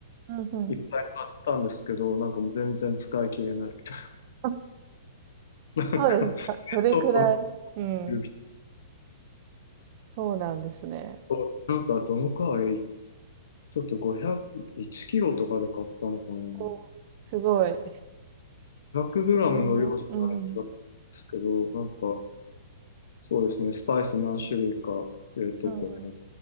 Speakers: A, on the right; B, on the left.
A: うんうん。
B: いっぱい買ったんですけど、なんかもう全然使い切れないみた
A: あ
B: いな。<laughs> なんか、
A: そうですか。どれくらいうん。
B: 倉庫にいる
A: そうなんですね。
B: と、なんか、どのくらい、ちょっと500、1キロとかで買ったのかな。
A: おすごい。
B: 100グラムの量じゃない気がするんですけど、
A: 基本の。うん。
B: なんか、そうですね、スパイス何種類か冷凍庫に入って
A: うん。